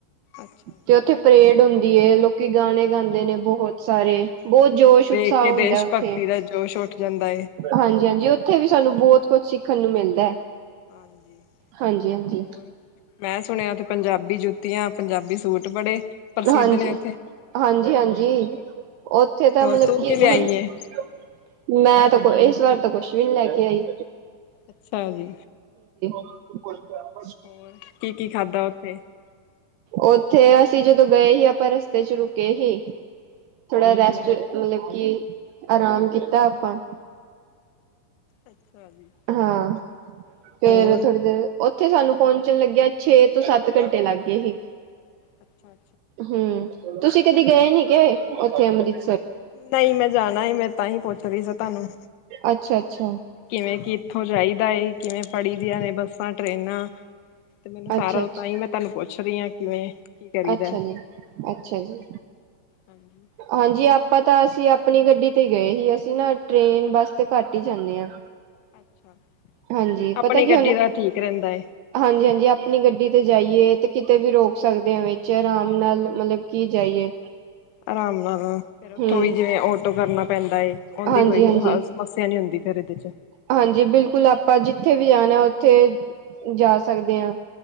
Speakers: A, on the left; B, on the right.
A: ਅੱਛਾ-ਅੱਛਾ
B: ਤੇ ਉੱਥੇ ਪਰੇਡ ਹੁੰਦੀ ਹੈ। ਲੋਕੀ ਗਾਣੇ
A: ਸ਼ਾਮੀ
B: ਗਾਉਂਦੇ ਨੇ ਬਹੁਤ। ਸਾਰੇ ਬਹੁਤ
A: ਉਹਨਾਂ
B: ਜੋਸ਼
A: ਵੇਖ
B: ਉਤਸ਼ਾਹ
A: ਕੇ ਦੇਸ਼
B: ਹੁੰਦਾ ਉੱਥੇ।
A: ਭਗਤੀ ਦਾ ਜੋਸ਼ ਉੱਠ ਜਾਂਦਾ ਏ।
B: ਹਾਂਜੀ- ਹਾਂਜੀ, ਉੱਥੇ ਵੀ ਸਾਨੂੰ ਬਹੁਤ ਕੁਛ ਸਿੱਖ ਦੇਖਣ ਨੂੰ ਮਿਲਦਾ।
A: ਹਾਂਜੀ
B: ਹਾਂਜੀ ਹਾਂਜੀ
A: ਹੋਰ ਮੈਂ ਸੁਣਿਆ ਅਤੇ ਪੰਜਾਬੀ ਜੁੱਤੀਆਂ ਪੰਜਾਬੀ ਸੂਟ ਬੜੇ ਪ੍ਰਸਿੱਧ
B: ਹਾਂਜੀ
A: ਨੇ ਉੱਥੇ।
B: ਹਾਂਜੀ ਹਾਂਜੀ ਉੱਥੇ ਤਾਂ
A: ਹੋਰ
B: ਮਤਲਬ
A: ਤੂੰ
B: ਕਿ
A: ਕੀ ਲਿਆਈ
B: ਹੁਣ
A: ਏ?
B: ਮੈਂ ਤਾਂ ਇਸ ਵਾਰ ਤਾਂ ਕੁਛ ਵੀ ਨਹੀਂੀ ਲੈ ਕੇ ਆਈ
A: ਅੱਛਾ ਜੀ
B: <unintelligible>
A: ਹੋਰ ਕੀ ਕੀ ਖਾਧਾ ਉੱਥੇ
B: ਉੱਥੇ ਅ ਜਦੋਂ ਗਏ ਹੀ ਆਪਾਂ ਰਸਤੇ ਚ ਰੁਕੇ ਹੀ ਥੋੜਾ ਰਾਸ਼ ਮਤਲਬ ਕਿ ਆਰਾਮ ਕੀਤਾ ਆਪਾਂ
A: ਅੱਛਾ ਜੀ,
B: ਹਾਂ ਫੇਰ
A: ਹੋਰ
B: ਥੋੜੀ ਦੇਰ ਉੱਥੇ ਸਾਨੂੰ ਪਹੁੰਚਣ ਲੱਗਿਆ ਛੇ ਤੋਂ ਸੱਤ ਘੰਟੇ ਲੱਗ ਗਏ ਸੀ
A: ਅੱਛਾ
B: ਹਮ ਤੁਸੀਂ ਕਦੇ ਗਏ ਨੀ ਕਿਵੇਂ ਉੱਥੇ <unintelligible>
A: ਨਹੀਂ ਮੈਂ ਜਾਣਾ ਮੈਂ ਤਾਂ ਹੀ ਪੁੱਛ ਰਹੀ ਸੀ ਤੁਹਾਨੂੰ
B: ਅੱਛਾ ਅੱਛਾ।
A: ਤੇ ਕਿੱਥੋਂ ਜਾਈਦਾ ਹੈ ਕਿਵੇਂ ਫੜੀ ਦੀਆਂ ਨੇ ਬੱਸਾਂ, ਟਰੇਨਾਂ? ਤੇ ਮੈਨੂੰ ਸਾਰਾ
B: ਅੱਛਾ ਅੱਛਾ
A: ਤਾਂ ਹੀ ਮੈਂ ਤੁਹਾਨੂੰ ਪੁੱਛ? ਪੁੱਛ ਰਹੀਆਂ ਕਿਵੇਂ? ਕੀ ਕਰੀਦਾ।
B: ਅੱਛਾ ਜੀ ਅੱਛਾ ਜੀ
A: ਹਾਂਜੀ
B: ਹਾਂਜੀ ਆਪ। ਪਤਾ ਅਸੀਂ ਆਪਣੀ ਗੱਡੀ ਤੇ ਗਏ ਹੀ ਅਸੀਂ ਨਾ ਟ੍ਰੇਨ ਬੱਸ ਤੇ ਘੱਟ ਹੀ ਜਾਂਦੇ ਹਾਂ।
A: ਅੱਛਾ।
B: ਹਾਂਜੀ
A: ਆਪਣੀ
B: ਪਤਾ ਕਿ
A: ਗੱਡੀ
B: ਹੁਣ
A: ਦਾ ਠੀਕ ਰਹਿੰਦਾ ਏ
B: ਹਾਂਜੀ ਹਾਂਜੀ ਆਪਣੀ ਗੱਡੀ। ਗੱਡੀ ਤੇ ਜਾਈਏ ਤੇ ਕਿਤੇ ਵੀ ਰੋਕ ਸਕਦੇ ਹਾਂ ਵਿੱਚ ਆਰਾਮ ਨਾਲ ਮਤਲਬ ਕੀ ਜਾਈਏ?
A: ਆਰਾਮ ਨਾਲ ਫਿਰ ਉੱਥੋਂ
B: ਹੂੰ
A: ਵੀ ਜਿਵੇਂ ਆਟੋ ਕਰਨਾ ਪੈਂਦਾ ਹੈ ਉਹਦੀ
B: ਹਾਂਜੀ-ਹਾਂਜੀ।
A: ਕੋਈ
B: ਹਾਂਜੀ
A: ਸਮੱਸਿਆ ਨੀ ਹੁੰਦੀ ਫਿਰ। 'ਵਿੱਚ।
B: ਹਾਂਜੀ ਬਿਲਕੁਲ ਆਪਾਂ ਜਿੱਥੇ ਵੀ ਜਾਣਾ ਉੱਥੇ ਜਾ ਸਕਦੇ ਹਾਂ।